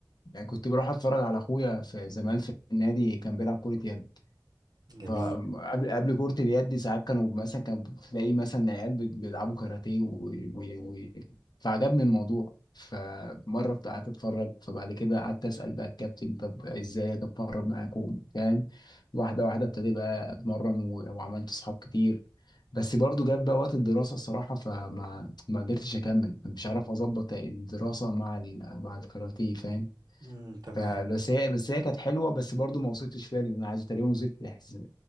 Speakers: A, on the left; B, on the right.
A: كنت بروح اتفرج على اخويا في زمان في النادي كان بيلعب كرة يد
B: جميل
A: فقبل قبل كرة اليد دي ساعات كانوا مثلا كانوا بتلاقي مثلا عيال بت- بيلعبوا كاراتيه و... و... و... فعجبني الموضوع فمرة بت- قعدت اتفرج فبعد كده قعدت اسأل بقى الكابتن طب ازاي اتمرن معاكم فاهم واحدة واحدة ابتدي بقى اتمرن و... وعملت صحاب كتير بس برضو جاب بقى وقت الدراسة الصراحة فما ما قدرتش اكمل مش عارف اظبط الدراسة مع ال... مع الكاراتيه فاهم
B: امم تمام
A: فبس هي بس هي كانت حلوه بس برضو ما وصلتش فيها لان انا عايز تقريبا وصلت لحز-